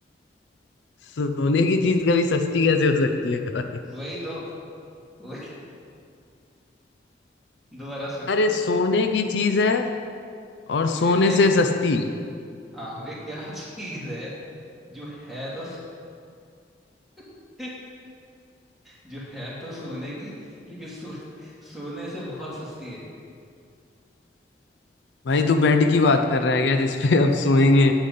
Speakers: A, on the left (about 80°); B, in the centre.
A: सोने की चीज कभी सस्ती कैसे हो सकती है भाई
B: वही तो वही <laughs> दोबारा सुन
A: अरे सोने की चीज है और सोने
B: वे, वे,
A: से सस्ती
B: हाँ वे क्या <laughs> चीज है जो है तो <laughs> जो है तो सोने की लेकिन सो, सोने से बहुत सस्ती है
A: भाई तू बेड की बात कर रहा है क्या जिसपे हम सोएंगे